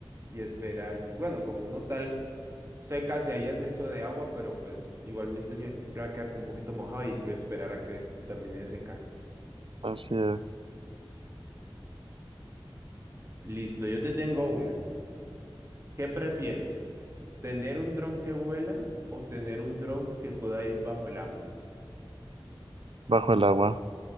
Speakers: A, on the right; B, on the right.
A: y esperar. Bueno, como uno tal seca, si hay exceso de agua, pero pues igualmente siempre va a quedar con un poquito mojado y hay que esperar a que termine de secar.
B: así es,
A: Listo, yo te tengo una. ¿Qué prefieres? ¿Tener un dron que vuela o tener un dron que pueda ir bajo el agua?
B: bajo el agua,